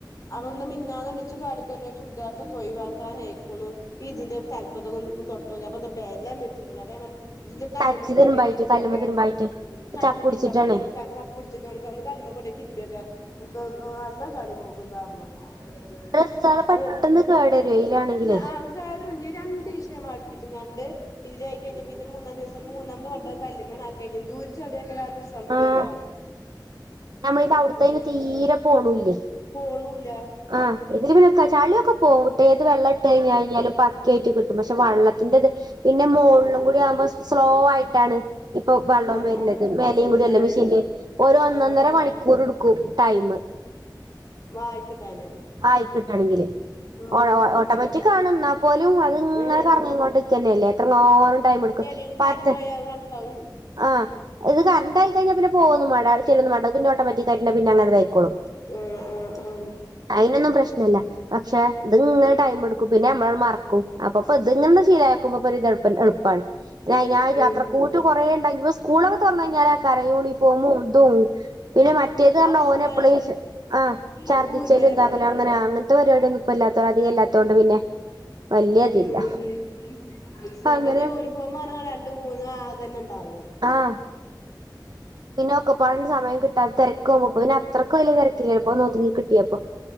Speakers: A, on the left; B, on the right.
A: അവൻന്ന് മിനിഞ്ഞാന്ന് വിളിച്ച് കടുക്കന് ചുരിദാർദൊക്കൊഴിവാക്കാനയ്ക്കുണു ഇതിന്റെ തൽപത്തൊക്കൊന്ന് പ്പൊ തൊട്ടോക്കി അപ്പന്ത ബെലം വച്ചേക്കണു അപ്പൊ ഞാ പർഞ്ഞ് ഇതിന്റെ കല്ലിമ്മേയൊന്ന്
B: തച്ച് തിരുമ്പായിട്ട്
A: കൊണ്ടോയി തിര്മ്പിയോക്കെ
B: കല്ലുമ്മ തിരുമ്പായിട്ട്
A: കല്ലിമ്മേ
B: ചപ്പുടിച്ചിട്ടാണ്
A: തിരുമ്പാത്തോണ്ടാണ് <unintelligible> പിട്ച്ച്ക്കാണ്ട് കാ ഒന്ന് കല്ല്മ്മേ കൊണ്ടോയി തിര്മ്പിയോക്കെ <unintelligible> എല്ലാ ചളി പോകുന്നറഞ്ഞു. <unintelligible>
B: ഡ്രസ്സാള് പെട്ടെന്ന് കേടരുവെ വെയിലാണെങ്കിലേ
A: <unintelligible> രണ്ടീസം ഞമ്മള് അടുപ്പിച്ചിങ്ങാണ്ട് ഇതിലായി കഴിഞ്ഞ പിന്നെ മൂന്നാം ദിവസം മൂന്നാമത്തെ വട്ടം കല്ല്മ്മേഞാക്കികഴിഞ്ഞ ന്തോര് ചളിയേകാരം <unintelligible> കുടയറിയോ
B: ആഹ് നമ്മള് ഇത് അവിടുത്തയിന്
A: ആഹ്
B: തീരെ പോണൂല്ലേ
A: പോണും ഇല്ല.
B: ആഹ് ഇതില് പിന്നെ ക്ക ചളിയൊക്കെ പോവ് ഏത് വെള്ളട്ടഴിഞ്ഞ് കഴികിയാലും പക്കയായിട്ട് കിട്ടും, പക്ഷെ വള്ളത്തിന്റെത് പിന്നെ മോളിലൂകൂടീയാവുമ്പോ സ് സ്ലോവായിട്ടാണ് ഇപ്പൊ വള്ളോം
A: ആഹ്
B: വര്ണത്
A: ആഹ്
B: മേലോം
A: ഏഹ്
B: കൂടൊള്ള മിഷീനില് ഓരോന്നൊ
A: ആഹ്
B: ന്നര
A: ആഹ്
B: മണിക്കൂറെടുക്കും ടൈമ്
A: വായിക്കിട്ടാന്
B: ആയിക്കിട്ടണെങ്കില്
A: ആഹ്
B: ഓട്ടോ
A: ആഹ്
B: ഓട്ടോമാറ്റിക് ആണ് ന്നാപോലും അത്ങ്ങനെ
A: ആഹ്
B: കറങ്ങിങ്ങ്കൊണ്ട്ക്കന്നല്ലേ എത്രങ്ങാനും ടൈം എടുക്കും?
A: ഇനി കരണ്ട്
B: പത്ത്
A: പോയാ ഒരു മണിക്കാവും
B: ആഹ് അത് കരണ്ടോയി കഴിഞ്ഞാ പിന്നെ പോകൊന്നും വാണ്ട അത് ചെല്ലൊന്നും മാണ്ട അത് പിന്നെ ഓട്ടോമാറ്റിക്കയിട്ടന്നെ പിന്നെ അങ്ങനെതായിക്കോളും
A: ഉം ഉം ഉം
B: അയിനൊന്നും പ്രശ്നല്ല പക്ഷെ ഇത്ങ്ങനെ ടൈം എടുക്കും പിന്നെ <unintelligible> മറക്കും അപ്പൊ പ്പ ഇത്ങ്ങനങ്ങട്ട് ശീലാ ക്കുമ്പോപ്പൊര് തൾപ്പ തൾപ്പാണ് <unintelligible> അഴിനായിട്ട്
A: അത്
B: അത്രക്കൂട്ടും കൊറേ ഇണ്ടങ്കി പ്പൊ സ്കൂളൊക്കെ തൊറന്നഴിഞ്ഞലാ ക്കാര യൂണിഫോമും ഇതും പിന്നെ മറ്റേതർഞ്ഞ
A: ഇഷ്ടം
B: ഓനപ്പളേശ്
A: പോലെ
B: ആഹ് ഛർദിച്ച
A: അത് ഊരണതല്ലേ
B: ലുംന്താക്കലോ അങ്ങനെ അങ്ങൻത്തെ പരിപാടിയൊന്നും ഇപ്പല്ലാത്ത അധികല്ലാത്തോണ്ട് പിന്നെ വല്യ ഇതില്ല
A: ഉം ഉം മറ്റത്
B: അങ്ങനെ
A: യൂണിഫോമാ രണ്ട് മൂന്ന് ആതന്നെണ്ടാകും
B: ആഹ് പിന്നെ ഒക്കപ്പാട്ണ്ട് സമയം കിട്ടാത്തെര്ക്ക് <unintelligible> അത്രക്ക് വലിയ തിരക്കില്ല <unintelligible> കിട്ടിയപ്പോ